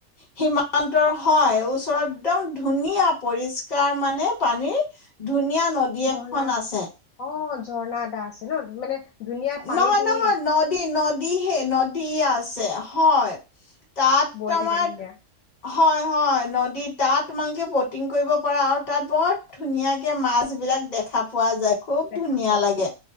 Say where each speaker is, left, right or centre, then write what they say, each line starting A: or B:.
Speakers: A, on the left; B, on the left.
A: সীমান্তৰ হয় ওচৰত একদম ধুনীয়া পৰিষ্কাৰ মানে পানীৰ ধুনীয়া- নদী
B: ঝৰ্ণা
A: এখন আছে।
B: অ ঝৰ্ণা এদটা আছে ন মানে- ধুনীয়া পানী
A: নহয়
B: খিনি
A: -নহয় নদী -নদীহে -নদী আছে। হয়- তাত
B: বৈ
A: আমাৰ,
B: থাকে ধুনীয়া
A: হয় -হয় নদীত- তাত তোমালোকে বটিং কৰিব পাৰা আৰু তাত বৰ ধুনীয়াকে মাছ বিলাক দেখা পোৱা যায়। খুব
B: দেখা
A: ধুনীয়া
B: পোৱা যায়।
A: লাগে।